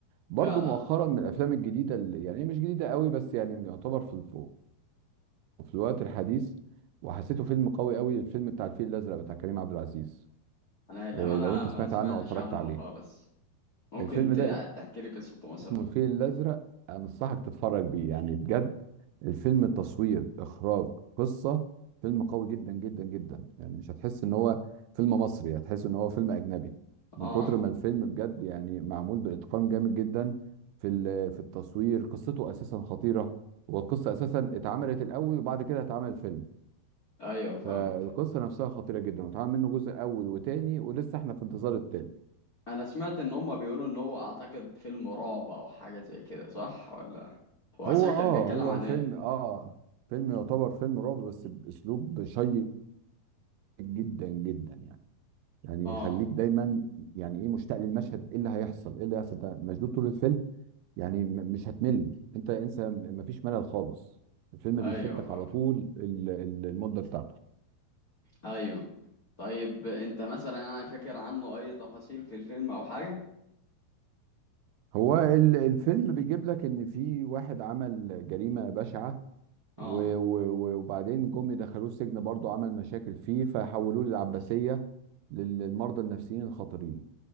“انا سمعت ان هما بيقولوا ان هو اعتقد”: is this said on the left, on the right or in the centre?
Left